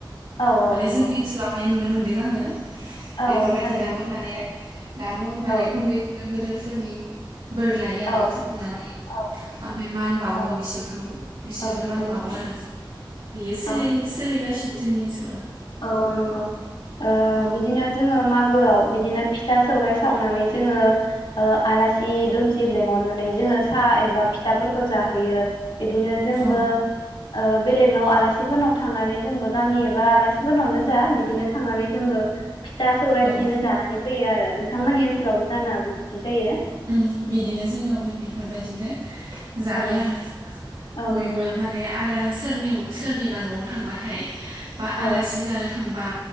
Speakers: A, on the left; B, on the right.
A: औ औ
B: माने
A: नंगौ
B: जोंनि ओनसोलावहाय नुनो मोनदों आङो
A: औ
B: बेफोरबादि
A: औ थारैनो
B: दाबो माने दाबो माने
A: औ
B: उन्दैफोरा गोदोर फोरनि बोर लायो आरो
A: औ
B: खुलुमनानै
A: औ
B: ओमफ्राय मान बावो
A: औ
B: बिसोरखौ। बिसोरनो
A: औ नंगौ
B: मान
A: नोंथां
B: बावो आरो बेयो सोलि
A: औ
B: सोलिगासिनो जोंनि ओनसोल
A: औ औ नंगौ ओ
B: औ
A: बिदिनो जोङो ओ मागोआव बिदिनो फिथा सौराय सावनानै जोङो ओ आलासि-दुमसि लेंहरनानै जौङो साहा एबा फिथाफोरखौ जाहोयो बिदिनो जोंबो
B: औ
A: ओ बेलेगनाव आलासिफोरनाव थांनानै जोंबो गामि एबा आलासिफोरनावनो जा बिदिनो थांनानै जोंबो फिथा सौरायाइ
B: औ
A: बिदिनो जानानै फैयो आरो नों थांमोननि ओनसोलावबो जानो हागौ बिदि जायो।
B: उय बिदिनो जोंनावबो बिफोरबायदिनो। जायो
A: औ
B: आरो
A: औ
B: बयबो
A: नंगौ नोंथां।
B: माने आला सोरनियावबा सोरनिबा न'आव थांबाथाय बा आलासि
A: औ
B: जानो थांबा।